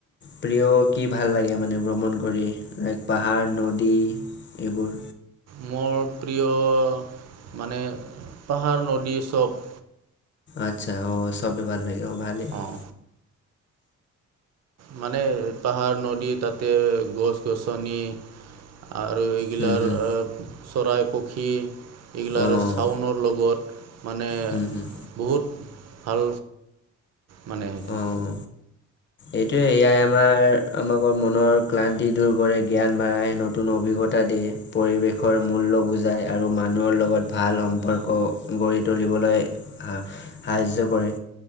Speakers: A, on the left; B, on the right.
A: প্ৰিয় কি ভাল লাগে মানে ভ্ৰমণ কৰি লাইক পাহাৰ নদী <unintelligible> এইবোৰ
B: মোৰ প্ৰিয় মানে পাহাৰ নদী চব
A: আচ্ছা অ চবেই ভাল লাগে অ ভালেই <unintelligible>
B: অঁ মানে পাহাৰ নদী তাতে গছ গছনি আৰু এইগিলাৰ
A: হুম হুম
B: চৰাই পক্ষী এইগিলাৰ
A: অ'
B: চাউনৰ লগত <unintelligible> মানে
A: হুম হুম
B: বহুত ভাল মানে সেইটো।
A: আহ এইটোৱে এয়াই আমাৰ আমাকৰ মনৰ ক্লান্তি দূৰ কৰে জ্ঞান বাঢ়াই নতুন অভিজ্ঞা <unintelligible> দি পৰিৱেশৰ মূল্য বুজায় আৰু মানুহৰ লগত ভাল সম্পৰ্ক গঢ়ি তুলিব স কৰে